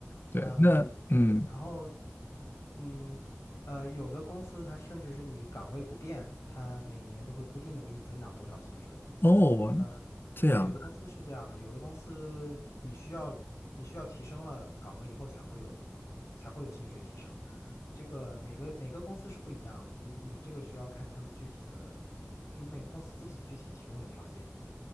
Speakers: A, on the left; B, on the left.
A: 对，
B: 嗯，
A: 那嗯，
B: 对。然后，嗯，呃，有的公司它甚至是你岗位不变，它每年都会固定的给你增长多少薪水。
A: 哦，
B: 嗯，
A: 这样的。
B: 对，有的公司是这样的，有的公司你需要你需要提升了岗位以后才会有才会有薪水提升。这个每个每个公司是不一样的，你你这个需要看他们具体的，就每个公司自己具体提供的条件。